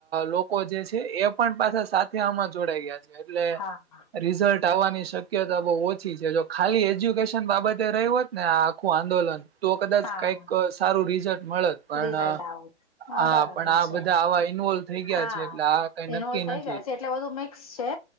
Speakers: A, on the right; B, on the left.
A: લોકો જે છે. એ, પણ પાછા સાથે આમાં જોડાઈ ગયા છે એટલે,
B: હા
A: રિઝલ્ટ આવવાની શક્યતા બહુ ઓછી છે. જો ખાલી એજ્યુકેશન બાબતે રહી હોત ને આ આખું આંદોલન., તો કદાચ
B: હા
A: કઈક સારું રિઝલ્ટ મળેત., પણ
B: રિઝલ્ટ આવે
A: હા
B: બરાબર
A: પણ આ
B: છે
A: બધા આવા ઈન્વોલ્વ થઈ ગયા
B: હા
A: છે. એટલે આ કઈ નક્કી
B: ઇન્વોલ્વ થઈ
A: નથી.,
B: ગયા છે એટલે બધું મિક્સ છે,